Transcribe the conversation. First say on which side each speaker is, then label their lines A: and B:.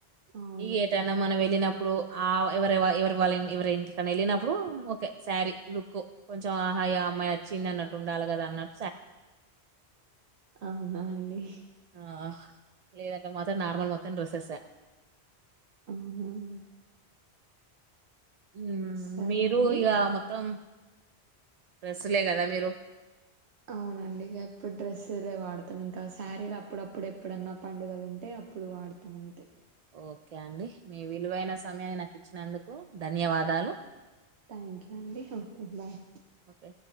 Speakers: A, on the right (about 80°); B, on the right (about 55°).
A: అవును
B: ఈ ఏటన్నా మనం వెళ్ళినప్పుడు ఆ ఎవరి ఎవరి వాళ్ళ ఎవరి ఇంటికని వెళ్ళినప్పుడు ఓ శారీ లుక్ కొంచెం హ అమ్మాయి వచ్చింది అన్నట్టుండాలి కదాన్నటు
A: అవునా అండి
B: ఆ లేదంటే మాత్రం నార్మల్ మొత్తం డ్రెస్సెస్సే అండి
A: అవున అండి
B: ఉ
A: సరే
B: మీరు
A: అండి
B: ఇగ మొత్తం డ్రెస్సులే కదా మీరు
A: అవునండి ఇక ఎప్పుడు డ్రెస్లే వాడత మొత్తం ఇంకా శారీలు అప్పుడప్పుడు ఎప్పుడన్నా పండుగలు ఉంటే అప్పుడు వాడతాం అంతే
B: ఓకే అండి మీ విలువైన సమయాన్ని నాకు ఇచ్చినందుకు ధన్యవాదాలు
A: థ్యాంక్ యూ అండి ఓకే బాయ్
B: ఓకే